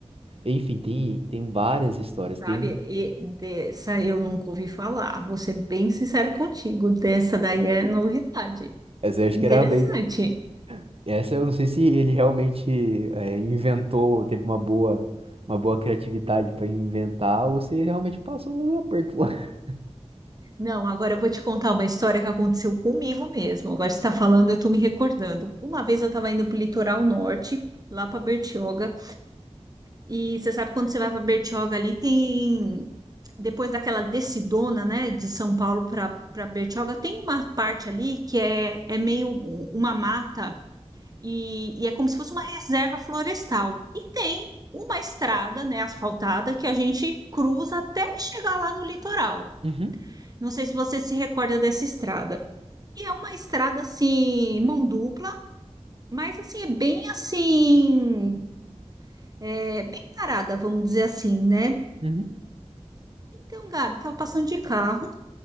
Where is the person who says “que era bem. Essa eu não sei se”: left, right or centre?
Right